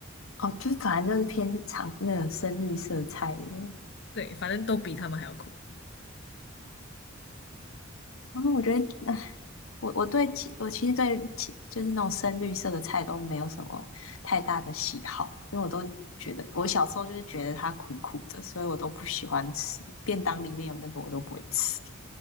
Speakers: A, on the left (about 90°); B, on the left (about 55°).
A: 哦，就是反正就是偏长那个深绿色菜耶。
B: 对，反正都比他们还要苦。
A: 然后我觉得，唉我我对其我其实对其就是那种深绿色的菜都没有什么太大的喜好，因为我都觉得我小时候就是觉得它苦苦的，所以我都不喜欢吃。便当里面有那个我都不会吃。